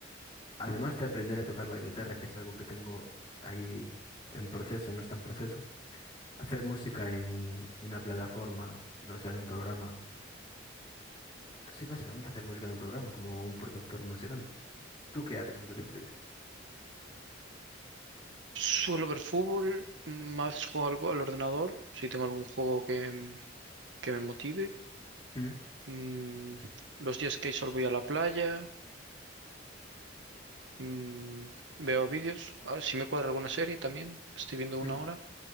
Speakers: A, on the left (about 30°); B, on the right (about 75°).
A: además de aprender a tocar la guitarra, que es algo que tengo ahí en proceso, no está en proceso, hacer música en una plataforma, no sé, en un programa. Sí, básicamente hacer música en un programa, como un productor musical. ¿Tú qué haces en tu tiempo libre?
B: Suelo ver fútbol, mm, a veces juego algo al ordenador, si tengo algún juego que, m- que me motive.
A: ¿Mm?
B: Mm, los días que hay sol voy a la playa, mm, veo vídeos, a ver si me cuadra alguna serie también, estoy viendo una
A: ¿Mm?
B: hora.